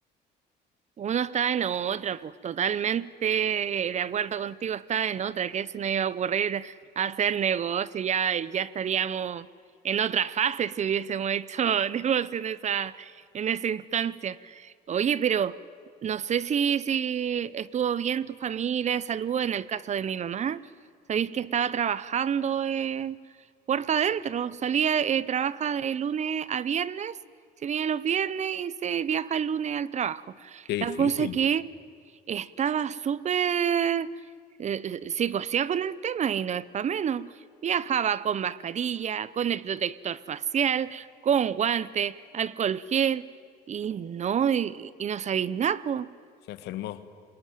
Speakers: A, on the right (about 45°); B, on the left (about 80°).
A: Uno está en otra, pues totalmente de acuerdo contigo, está en otra, que se nos iba a ocurrir hacer negocio, ya, ya estaríamos en otra fase si hubiésemos hecho <laughs> negocio en esa, en esa instancia. Oye, pero no sé si, si estuvo bien tu familia de salud en el caso de mi mamá. Sabéis que estaba trabajando eh, puerta adentro, salía, eh, trabaja de lunes a viernes, se viene los viernes y se viaja el lunes al trabajo.
B: Qué difícil.
A: La cosa que estaba súper eh, psicoseada con el tema y no es para menos. Viajaba con mascarilla, con el protector facial, con guantes, alcohol gel y no, y, y no sabéis nada, po.
B: Se enfermó.